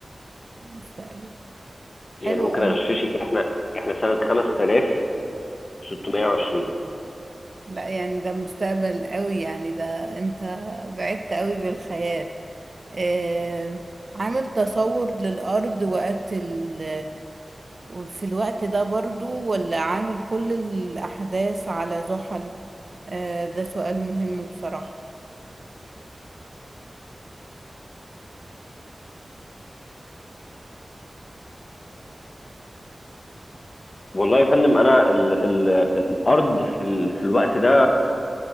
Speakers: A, on the right (about 55°); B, on the left (about 55°).
A: مستقبل حلو
B: يعني ممكن
A: قوي
B: اغششك احنا احنا سنة 5620
A: لا يعني ده مستقبل قوي يعني ده انت بعدت قوي بالخيال آه، عامل تصور للأرض وقت ال في الوقت ده برضو ولا عامل كل الأحداث على زحل آه، ده سؤال مهم بصراحة
B: والله يا فندم انا ال ال الارض في, ال في الوقت ده